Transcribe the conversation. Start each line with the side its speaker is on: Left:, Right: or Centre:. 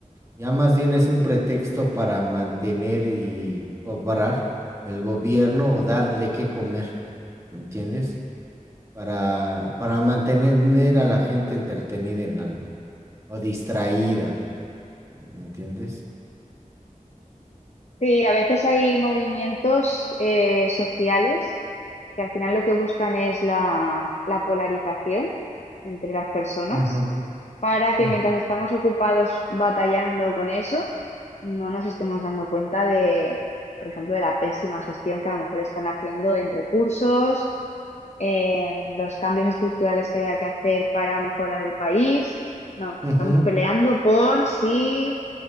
Right: Ya más bien es un pretexto para mantener y cobrar el gobierno o dar de qué comer, ¿me entiendes? Para, para mantener a la gente entretenida en algo. o distraída, ¿me entiendes?
Left: Sí, a veces hay movimientos eh, sociales que al final lo que buscan es la, la polarización entre las personas
Right: Ujú,
Left: para que
Right: mm,
Left: mientras estamos ocupados batallando con eso, no nos estemos dando cuenta de, por ejemplo, de la pésima gestión que a lo mejor están haciendo en recursos, en los cambios estructurales que haya que hacer para mejorar el país. No,
Right: ujú.
Left: estamos peleando por si